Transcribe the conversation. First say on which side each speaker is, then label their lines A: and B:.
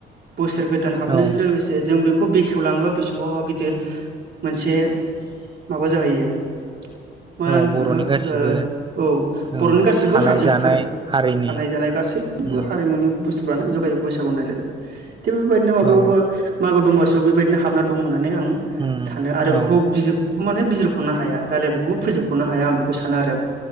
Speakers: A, on the right (about 55°); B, on the right (about 25°).
A: बोसोर गोदान हाबनायजों
B: औ
A: लोगोसे जों बेखौ बेखेवलाङो बेसेबा गिदिर मोनसे माबा जाहैयो मा
B: औ
A: होनगोन
B: बर'नि
A: इखो
B: गासिबो
A: ओ औ
B: औ
A: बर'नि गासैबो
B: थानाय
A: हाबजोबथारो
B: जानाय हारिनि
A: थानाय जानाय गासैबो
B: उम
A: हारिमुनि बुस फ्रानो हाबजोब खायो बैसागु होननाय लोगो लोगो थिग बेबायदिनो माबायावबो
B: औ
A: मागो दमासिआव बेबायदि नो हाबना दं होननानै आं
B: उम
A: सानो। आरो बेखौ
B: औ
A: बिजिर गौ माने बिजिर खनो हाया रायलायबाबो फोजोबख'नो हाया आं बेखौ सानो आरो।